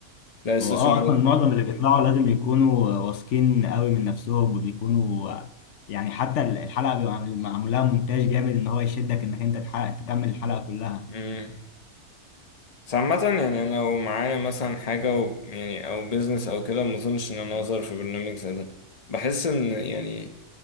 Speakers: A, on the left; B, on the left.
A: تلاقي السوشيال
B: هو اه اصلا معظم اللي بيطلعوا لازم يكونوا واثقين قوي من نفسهم وبيكونوا يعني حتى الحلقه بيبقى معمول لها مونتاج جامد ان هو يشدك انك انت تحقق تكمل الحلقه كلها
A: ميديا بس عامة يعني أنا لو معايا مثلا حاجة و يعني أو بيزنس أو كده ما أظنش إن أنا أظهر في برنامج زي ده بحس إن يعني